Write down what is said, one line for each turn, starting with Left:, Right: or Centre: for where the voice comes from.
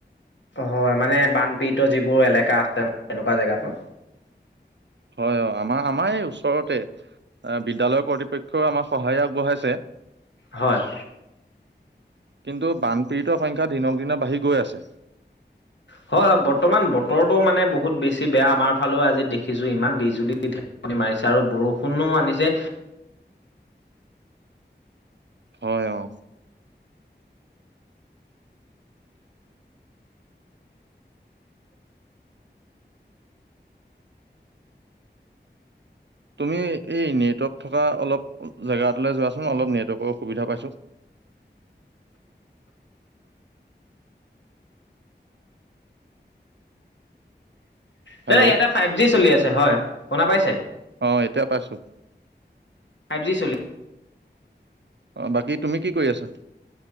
Left: হয় মানে বানপীড়িত যিবোৰ এলেকা আছে এনেকোৱা জেগাতো
Right: হয় অ আমাৰ আমাৰ এই ওচৰতে বিদ্যালয়ৰ কৰ্তৃপক্ষই আমাক সহায় আগবঢ়াইছে
Left: হয়
Right: কিন্তু বানপীড়িত সংখ্যা দিনক দিনৰ বাঢ়ি গৈ আছে
Left: হয় হয় বৰ্তমান বতৰটো মানে বহুত বেছি বেয়া আমাৰ ফালেও আজি দেখিছোঁ ইমান বিজুলী ঢেৰকনি মাৰিছে আৰু বৰষুণো আনিছে
Right: হয় অ তুমি এই নেটৱৰ্ক থকা অলপ জেগা এটালৈ যোৱাচোন অলপ নেটৱৰ্কৰ অসুবিধা পাইছো
Left: দাদা
Right: হেল্ল'
Left: ইয়াতে ফাইভ জি চলি আছে হয় শুনা পাইছে
Right: অহ এতিয়া পাইছো
Left: ফাইভ জি চলি
Right: অ বাকী তুমি কি কৰি আছা